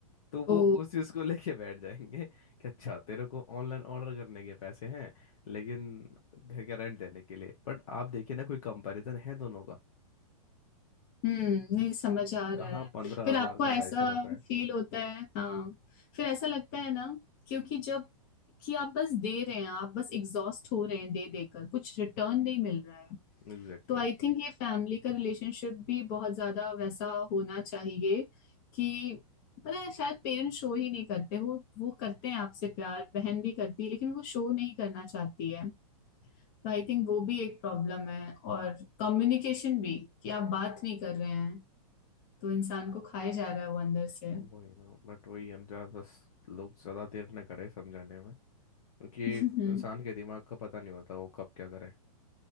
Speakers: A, on the left (about 65°); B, on the left (about 35°).
A: तो वो
B: ओ
A: उस चीज़ को <laughs> लेके बैठ जाएंगे कि अच्छा तेरे को ऑनलाइन ऑर्डर करने के पैसे हैं लेकिन घर का रेंट देने के लिए बट आप देखिए ना कोई कंपैरिजन है दोनों का
B: हम्म नहीं समझ आ
A: कहाँ
B: रहा है
A: पंद्रह
B: फिर
A: हजार
B: आपको
A: का
B: ऐसा
A: ढाई सौ रुपये
B: फील होता है हाँ फिर ऐसा लगता है ना क्योंकि जब कि आप बस दे रहे हैं आप बस एग्जॉस्ट हो रहे हैं दे देकर कुछ रिटर्न नहीं मिल रहा है
A: एग्जैक्टली
B: तो आई थिंक ये फैमिली का रिलेशनशिप भी बहुत ज्यादा वैसा होना चाहिए कि पता है शायद पेरेंट्स शो ही नहीं करते वो वो करते हैं आपसे प्यार बहन भी करती है लेकिन वो शो नहीं करना चाहती है तो आई थिंक वो भी एक प्रॉब्लम है और कम्युनिकेशन भी कि आप बात नहीं कर रहे हैं तो इंसान को खाए जा रहा है वो अंदर से
A: वही
B: <laughs>
A: ना बट वही अंजार बस लोग ज़्यादा देर न करे समझाने में क्योंकि
B: हम्म,
A: इंसान के दिमाग का पता नहीं होता वो कब क्या करे